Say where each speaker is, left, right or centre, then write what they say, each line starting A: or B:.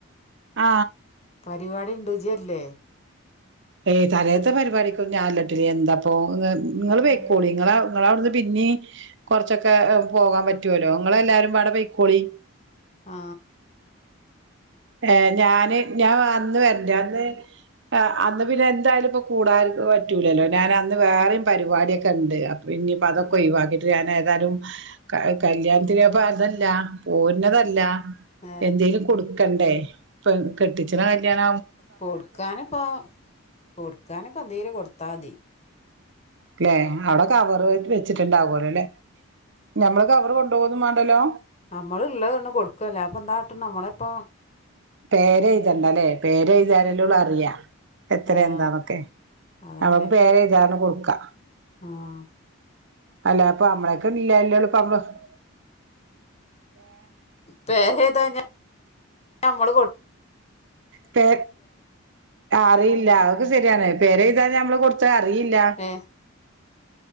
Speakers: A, on the right; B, on the left.
A: ആ
B: പരിപാടി ഉണ്ട്ജ്ജ് വരില്ലേ
A: ഏയ് തലേന്നത്തെ പരിപാടിക്കും ഞൻല്ലട്ടോടീഎന്താപ്പൊ ങ്ങള് പൊയ്ക്കോളീ
B: ഏ
A: നിങ്ങള ഞങ്ങള അവിടുന്ന് പിന്നീ കൊറച്ചൊക്കെ പോകാൻ പറ്റല്ലോ നിങ്ങള എല്ലാരും വടെ പെയിക്കോളി
B: ആ
A: ഏ ഞാന് ഞാൻ അന്ന് വരണ്ട് അന്ന് അന്ന് പിന്നെ എന്തായാലും ഇപ്പ കൂടാ പറ്റൂലല്ലോ ഞാൻ അന്ന് വേറെയും പരിപാടിയൊക്കെ ഉണ്ട് ഇന്നയിപ്പൊ അതൊക്കെ
B: ഏ
A: ഒഴിവാക്കിട്ട് ഞാൻ ഏതാലു കല്യാണത്തിന്പ്പ അതല്ല പോർ ന്നതല്ല
B: ഏ
A: എന്തേലും കൊടുക്ക ക്കണ്ടേ പെകെട്ടിച്ചണ കല്യാണ
B: കൊടുക്കാനിപ്പ കൊടുക്കാനിപ്പ എന്തേലും കൊടുത്താതി
A: ല്ലെ അവിടെ കവറ് വെച്ചിട്ടുണ്ടാവലോല്ലേ ഞമ്മള് കവറ് കൊണ്ടു പോകുന്നു വേണ്ടല്ലോ
B: നമ്മള്ള്ളതണ് കൊടുക്ക അല്ലപ്പന്ത കട്ട്ണ് നമ്മൾ ഇപ്പ
A: പേരെഴുതണ്ടല്ലേ പേരെഴുതിയ ലള്ളൂഅറിയ എത്ര
B: ആഹ്
A: എന്താണൊക്കെ
B: അതന്നെ
A: നമ്മക്ക് പേരെ എഴുതാതന്നകൊടുക്കാ
B: ആഹ്
A: അല്ലപ്പൊ നമ്മളക്കെ ഇല്ലല്ലേള്ളു പ്പ ന -
B: പേരഴുതാഞ്ഞനമ്മള് കൊ
A: പേ അറിയില്ല അതൊക്കെ ശരിയാണ് പേരെഴുതാന്ന നമ്മള് കൊടുത്ത അ അറിയില്ല
B: ഏ